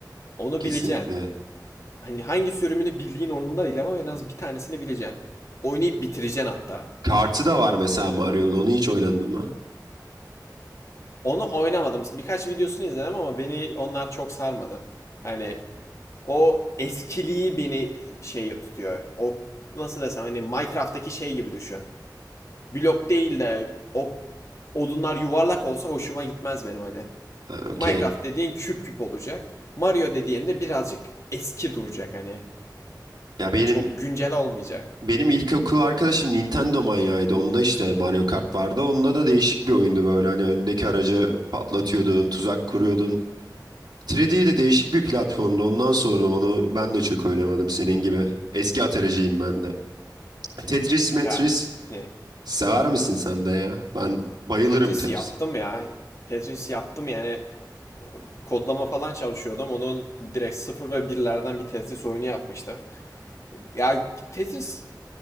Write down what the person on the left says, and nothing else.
onu
bileceksin. Hani hangi sürümünü bildiğin onunla değil ama en az bir tanesini bileceksin. Oynayıp bitireceksin hatta.
Onu oynamadım. Birkaç videosunu izledim ama beni onlar çok sarmadı. Hani o eskiliği beni şey tutuyor. O nasıl desem hani Minecraft'taki şey gibi düşün. blok değil de o odunlar yuvarlak olsa hoşuma gitmez benim hani.
Minecraft dediğin küp küp olacak. Mario dediğin de birazcık eski duracak hani.
Çok güncel olmayacak.
Ya ne?
Tetris
yaptım ya. Tetris yaptım yani. Kodlama falan çalışıyordum. Onun direkt sıfır ve birlerden bir Tetris oyunu yapmıştım. Ya Tetris